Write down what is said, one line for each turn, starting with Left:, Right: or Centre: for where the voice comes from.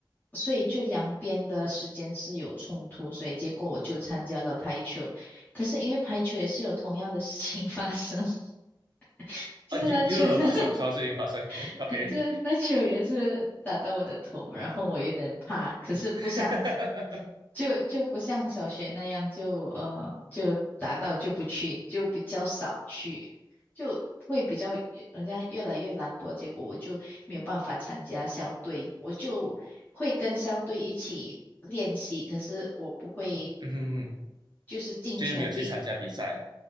Left: 所以就两边的时间是有冲突，所以结果我就参加了排球。可是因为排球也是有同样的事情发生，<laughs> 就是那球，
Right: 啊，又又有发生什么事情发生？
Left: <laughs>
Right: 对，OK。
Left: 就是那球也是打到我的头，然后我有点怕，可是不像
Right: <laughs>
Left: 就就不像小学那样就呃就打到就不去，就比较少去，就会比较好像越来越懒惰，结果我就没有办法参加校队，我就会跟校队一起练习，可是我不会
Right: 嗯哼嗯哼，
Left: 就是尽全力。
Right: 就是没有去参加比赛，